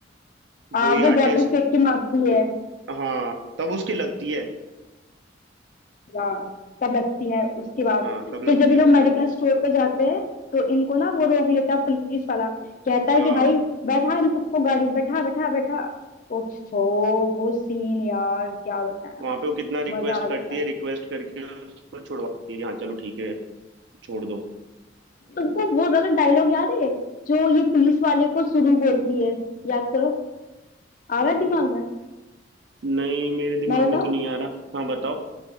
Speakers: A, on the left; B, on the right.
A: आ,
B: वही
A: वो
B: आर्टिस्ट
A: वाटर फेंक के मारती है
B: हाँ तब उसके लगती है
A: यार तब लगती है उसके बाद
B: हाँ तब लगती
A: फिर जब ये
B: है
A: लोग
B: उसके
A: मेडिकल स्टोर पे जाते हैं तो इनको ना वो रोक लेता है पुलिस वाला कहता है
B: हाँ
A: कि भाई बैठा इन सबको गाड़ी में, बैठा बैठा बैठा ओफो वो सीन यार क्या बताएं
B: वहां पे वो कितना रिक्वेस्ट
A: मजा आ जाता
B: करती
A: है
B: है रिक्वेस्ट करके उसको छुड़वाती है कि हाँ चलो ठीक है छोड़
A: तुमको वो वाला डायलॉग याद है जो ये पुलिस वाले को सुरु बोलती है याद करो आ रहा है
B: दो
A: दिमाग में
B: नहीं मेरे दिमाग
A: मैं
B: में
A: बताओ
B: तो नहीं आ रहा हाँ बताओ